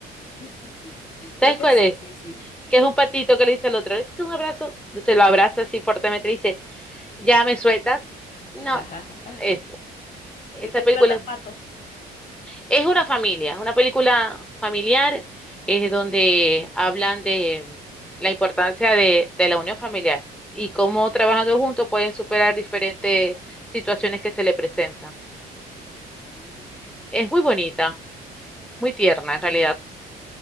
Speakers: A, on the left; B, in the centre.
A: <laughs> Creo
B: ¿sabes
A: que
B: cuál
A: sí,
B: es?
A: sí, sí.
B: que es un patito que le dice al otro, ¿esto es un abrazo? Se lo abraza así fuertemente y dice, ¿ya me sueltas? No,
A: <laughs>
B: es, esa
A: ¿De qué
B: película
A: trata
B: es
A: Pato?
B: es una familia, es una película familiar, es donde hablan de la importancia de, de la unión familiar y cómo trabajando juntos pueden superar diferentes situaciones que se le presentan.
A: Mm,
B: Es muy bonita, muy tierna en realidad,